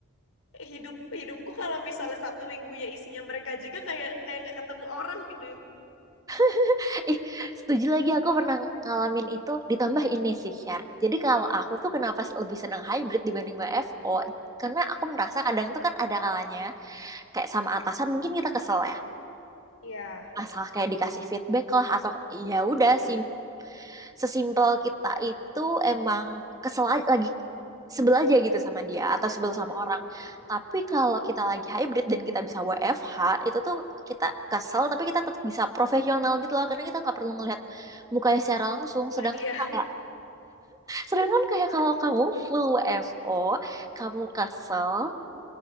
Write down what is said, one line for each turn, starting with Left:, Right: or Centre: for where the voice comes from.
Left: hidup hidupku kalau misalnya Sabtu minggunya isinya mereka juga kayak kayak nggak ketemu orang gitu.
Right: <laughs> Ih, setuju lagi aku pernah ngalamin itu ditambah ini sih share. Jadi kalau aku tuh kenapa lebih senang hybrid dibanding WFO? Karena aku merasa kadang tuh kan ada kalanya kayak sama atasan mungkin kita kesel ya.
Left: Iya.
Right: Masalah kayak dikasih feedback lah atau ya udah
Left: Heeh,
Right: si sesimpel kita itu emang kesel aja, lagi sebel aja gitu sama dia atau sebel
Left: heeh,
Right: sama orang.
Left: heeh, heeh.
Right: Tapi kalau kita lagi hybrid dan kita bisa WFH, itu tuh kita kesel tapi kita tetap bisa profesional gitu loh karena kita nggak perlu
Left: Iya.
Right: ngelihat mukanya secara langsung.
Left: Bukan
Right: Sedangkan
Left: dia.
Right: kayak sedangkan kayak kalau kamu
Left: Bener
Right: full
Left: sih.
Right: WFO, kamu kesel,